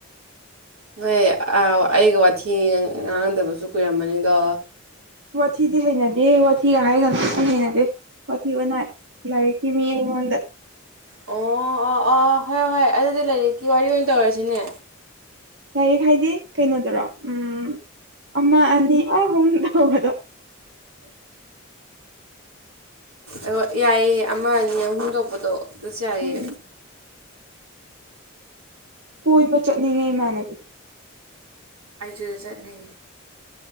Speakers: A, on the right (about 80°); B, on the right (about 55°).
A: ꯅꯣꯏ ꯑꯩꯒ ꯋꯥꯊꯤ ꯉꯥꯡꯗꯕꯁꯨ ꯀꯨꯏꯔꯝꯕꯅꯤꯗꯣ
B: ꯋꯥꯊꯤꯗꯤ ꯍꯩꯅꯗꯦ ꯋꯥꯊꯤꯒ ꯍꯥꯏꯔꯒꯅ ꯀ ꯍꯩꯅꯗꯦ ꯄꯊꯕ ꯅ ꯂꯥꯏꯇꯤ ꯃꯤꯉꯣꯟꯗ
A: ꯑꯣ ꯑꯣ ꯑꯣ ꯍꯣꯏ ꯍꯣꯏ ꯑꯗꯨꯗꯤ ꯂꯥꯏꯔꯤꯛꯀꯤ ꯋꯥꯔꯤ ꯑꯣꯏꯅ ꯇꯧꯔꯁꯤꯅꯦ
B: ꯌꯥꯔꯤ ꯍꯥꯏꯗꯤ ꯀꯩꯅꯣꯗꯨꯔꯣ ꯎꯝ ꯑꯃ ꯑꯅꯤ ꯑ ꯍꯗ
A: ꯑ ꯌꯥꯏꯌꯦꯦ ꯑꯃ ꯑꯅꯤ ꯑꯍꯨꯝ ꯂꯧꯕꯗꯣ ꯑꯗꯨꯖꯌꯦ
B: ꯎꯝ ꯀꯣꯏꯕ ꯆꯠꯅꯤꯡꯉꯦ ꯏꯃꯥꯟꯅꯕꯤ
A: ꯑꯥꯏꯖ ꯆꯠꯅꯤ